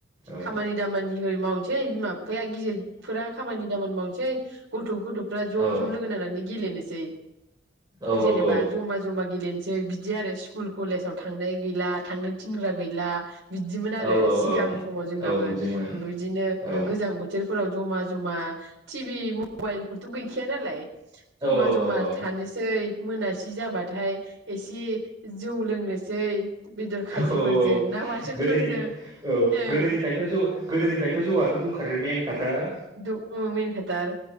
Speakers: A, on the right; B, on the right.
A: औ
B: खामानि दामानि होरि मावनोसै बिमा फैया गिदिरफोरा खामानि दामानि मावनोसै गथ' गथ'फ्रा ज'
A: औ
B: ज' लोगो नांनानै गेलेनोसै
A: औ
B: जेनेबा
A: औ
B: जमा जमा गेलेनोसै बिदि आरो स्कुल कलेजाव थांनाय गैला थांनो थिनग्रा गैला बि बिदिमोन आरो
A: औ औ
B: सिगां
A: औ
B: समाव जोंनाबो
A: औ बिदिमोन
B: बिदिनो
A: औ
B: गोजां बोथोर फोराव ज'मा जमा टिभि मबाइल फोरथ' गैखाया नालाय जमा
A: औ
B: जमा
A: औ
B: थानो
A: औ
B: सै मोनासि जाबाथाय एसे जौ लोंनोसै। बेदर खाजिफोरजों
A: औ औ
B: ना बाथोनफोरजों
A: गोदोनिफ्राय औ
B: ओं
A: गोदोनिफ्रायथ' जौ गोदोनिफ्रायथ' जौआथ' दंखादो मेनखाथार।
B: उम मेनखाथार